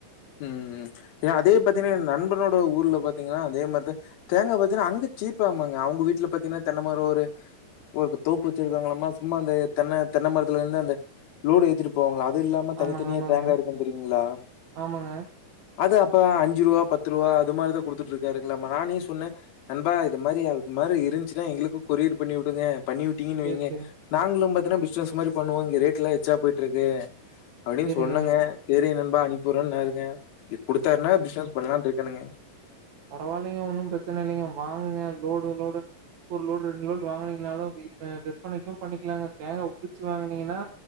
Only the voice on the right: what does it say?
சேரி
ஆமாங்க
ஆமாங்க
ஆமாங்க
சேரி
சேரிங்க
சேரிங்க
பரவால்லிங்க ஒன்னு ப்ரச்சன இல்லிங்க வாங்குங்க லோடு லோடு ஒரு லோடு ரெண்டு லோடு வாங்கினீங்கனாலு <unintelligible> விற்பனைக்கு பண்ணிக்கிலாங்க தேங்கா உறிச்சு வாங்குனீங்கன்னா